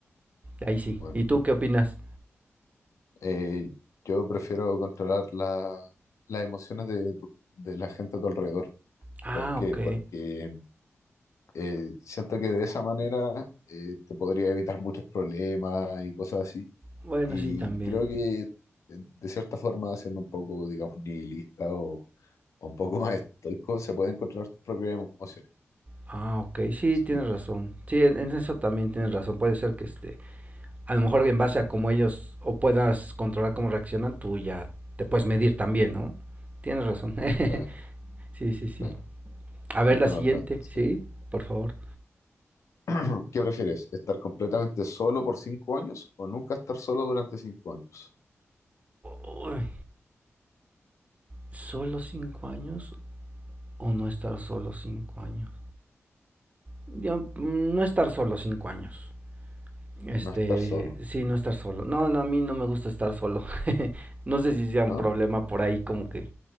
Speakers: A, on the right; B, on the left.
A: Ahí sí.
B: Bueno,
A: ¿Y tú qué opinas?
B: eh, yo prefiero controlar la- las emociones de, tu- de la gente a tu alrededor.
A: Ah,
B: ¿Por qué?
A: ok.
B: Porque eh, siento que de esa manera eh, te podría evitar muchos problemas y cosas así.
A: Bueno,
B: Y
A: sí, también.
B: creo que eh, de cierta forma, siendo un poco, digamos, nihilista o, o un poco <laughs> más estoico, se pueden controlar tus propias emociones.
A: Ah, ok. Sí,
B: Sí,
A: tienes razón. Sí, en, en eso también tienes razón. Puede ser que este a lo mejor en base a cómo ellos o puedas controlar cómo reaccionan, tú ya te puedes medir también, ¿no? Tienes razón.
B: claro,
A: <laughs> sí, sí, sí.
B: claro.
A: A ver
B: Voy
A: la
B: con
A: siguiente,
B: otra entonces.
A: ¿sí? Por favor.
B: <clears throat> ¿Qué prefieres? ¿Estar completamente solo por cinco años o nunca estar solo durante cinco años?
A: Uy, ¿Solo cinco años o no estar solo cinco años? Yo, mm, no estar solo cinco años. Este,
B: No estar solo,
A: sí, no estar solo. No, no, a mí no me gusta estar solo. <laughs> no sé si sea un
B: ¿no?
A: problema por ahí como que